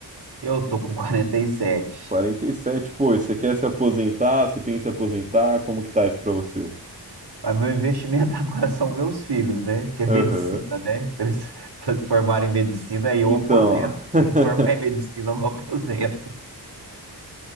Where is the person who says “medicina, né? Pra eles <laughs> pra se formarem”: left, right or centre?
Right